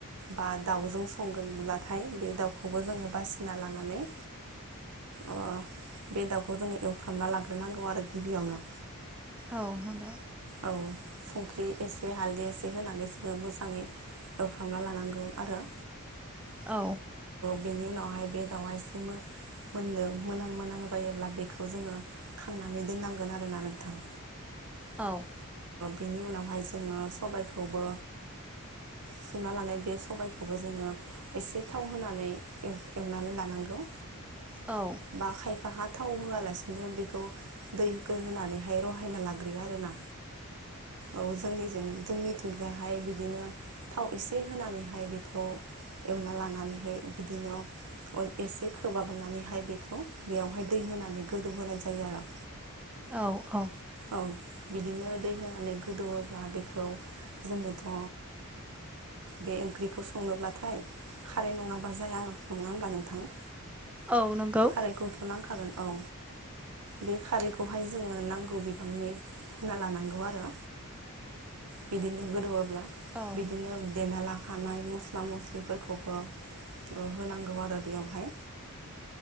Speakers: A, on the right; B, in the centre.
A: बा दाउजों संगोनब्लाथाय बे दाउख खौबो जोङो बासिना लानानै अ बे दाउखौ जोङो एवफ्रामना लाग्रोनांगौ आरो गिबियावनो
B: औ नंगौ
A: औ संख्रि एसे हालदै एसे होनानै जोङो मोजाङै एवफरामना लानांगौ आरो
B: औ
A: बेनि उनावहाय बे दाउआ एसे मोन मोननो मोनहां मोनहां जायोब्ला बेखौ जोङो खांनानै दोननांगोन आरोना नोंथां
B: औ
A: बिनि उनावहाय जोङो सबायखौबो सुना लानाय बे सबायखौबो जोङो एसे थाव होनानै एवनानै लानांगौ
B: औ
A: बा खायफा हा थाव होआलासिनो बेखौ दैखौ होनानैहाय रहायना लाग्रोयो आरोना औ जोंनि जोंनि जाहाय बिदिनो थाव एसे होनानैहाय बेखौ एवना लानानैहाय बिदिनो एसे खोब हाबनानैहाय बेखौ बेयावहाय दै होनानै गोदौहोनाय जायो आरो
B: औ औ
A: औ बिदिनो दै होनानै गोदौओब्ला बेखौ जोङोथ' बे ओंख्रिखौ संनोब्लाथाय खारै नङा बा जाया नङा होनब्ला नोंथां
B: औ नंगौ
A: ओमफ्राय खारैखौथ'नांखागोन औ बे खारैखौहाय जोङो नांगौ बिबांनि होना लानांगौ आरो बिदिनो गोदौओब्ला
B: औ
A: बिदिनो देना लाखानाय मस्ला मस्लिफोरखौबो होनांगौ आरो बेवहाय